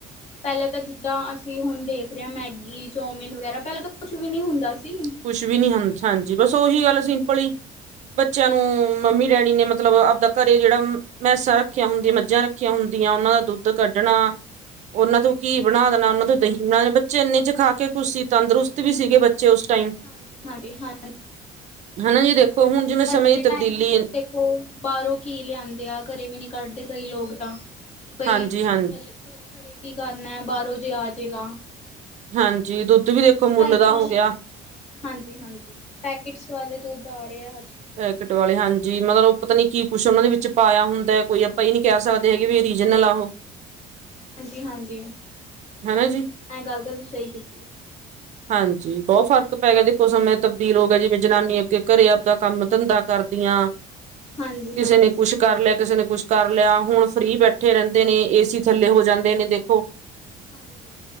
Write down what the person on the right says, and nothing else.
ਕੁਛ ਵੀ ਨੀ ਹ ਹਾਂਜੀ ਬਸ ਉਹੀ ਗੱਲ ਅਸੀਂ ਆਪਲੀ ਬੱਚਿਆਂ ਨੂੰ ਮੰਮੀ ਡੈਡੀ ਨੇ ਮਤਲਬ ਆਪਦਾ ਘਰੇ ਜਿਹੜਾ ਭੈ ਸਾਂ ਰੱਖੀਆਂ ਹੁੰਦੀਆਂ ਮੱਝਾਂ ਰੱਖੀਆਂ ਹੁੰਦੀਆਂ ਉਹਨਾਂ ਦਾ ਦੁੱਧ ਦੁੱਧ
ਕੱਢਣਾ ਉਹਨਾਂ ਤੋਂ ਘੀ
ਬਣਾ ਦੇਣਾ ਉਹਨਾਂ ਤੋਂ ਦਹੀਂ ਬਣਾ ਦੇਣਾ ਬੱਚੇ ਇੰਨੇ ਚ ਖਾ ਕੇ ਖੁਸ਼ ਸੀ ਤੰਦਰੁਸਤ ਵੀ ਸੀਗੇ ਬੱਚੇ ਉਸ ਟਾਈਮ
ਹਨਾ ਜੀ ਦੇਖੋ ਹੁਣ ਜਿਵੇਂ ਸਮੇਂ
ਦੀ
ਤਬਦੀਲੀ
ਹਾਂਜੀ ਹਾਂ
ਹਾਂਜੀ ਦੁੱਧ ਵੀ ਦੇਖੋ
ਮੁੱਲ
ਦਾ ਹੋ ਗਿਆ
ਪੈਕਟ ਵਾਲੇ ਹਾਂਜੀ ਮਤਲਬ ਉਹ ਪਤਾ ਨੀ ਕੀ ਕੁਛ ਉਹਨਾਂ ਦੇ ਵਿੱਚ ਪਾਇਆ ਹੁੰਦਾ ਹੈ ਕੋਈ ਆਪਾਂ ਇਹ ਨਹੀਂੀ ਕਹਿ ਸਕਦੇ ਹੈਗੇ ਵੀ ਰੀਜਨਲ ਆ ਉਹ
ਹਨਾ ਜੀ
ਹਾਂਜੀ ਬਹੁਤ ਫ਼ਰਕ ਪੈ ਗਿਆ ਦੇਖੋ ਸਮੇਂ ਤਬਦੀਲ ਹੋ ਗਿਆ ਜਿਵੇਂ ਜਨਾਨੀ ਅੱਗੇ ਘਰੇ ਆਪਦਾ ਕੰਮ ਧੰਦਾ ਕਰਦੀਆਂ
ਕਿਸੇ ਨੇ ਕੁਛ ਕਰ ਲਿਆ ਕਿਸੇ ਨੇ ਕੁਛ ਕਰ ਲਿਆ ਹੁਣ ਫ੍ਰਰੀ ਬੈਠੇ ਰਹਿੰਦੇ ਨੇ ਏਸੀ ਥੱਲੇ ਹੋ ਜਾਂਦੇ ਨੇ ਦੇਖੋ